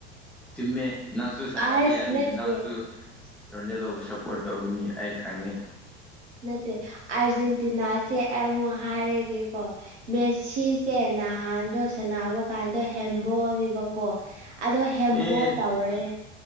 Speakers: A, in the centre; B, on the right.
A: ꯆꯨꯝꯃꯦ ꯅꯪꯁꯨ ꯁꯅꯥꯗꯦ
B: ꯑꯁ
A: ꯑꯗꯨꯒꯤ
B: ꯅꯠꯇꯦ
A: ꯅꯪꯁꯨ ꯔꯣꯅꯦꯜꯗꯣꯕꯨ ꯁꯞꯄꯣꯔꯠ ꯇꯧꯅꯤ ꯑꯩ ꯈꯪꯉꯤ
B: ꯅꯠꯇꯦ ꯑꯥꯔꯖꯦꯟꯇꯤꯅꯥꯁꯦ ꯑꯩꯃꯨꯛ ꯍꯥꯏꯔꯒꯦꯀꯣ ꯃꯦꯁꯤꯁꯦ ꯅꯍꯥꯟꯗꯣ ꯁꯥꯟꯅꯕꯥꯀꯥꯟꯗ ꯍꯦꯝꯕꯣꯜꯅꯦꯕꯀꯣ ꯑꯗꯣ ꯍꯦꯝꯕꯣꯜ
A: ꯑꯦ
B: ꯇꯧꯔꯦ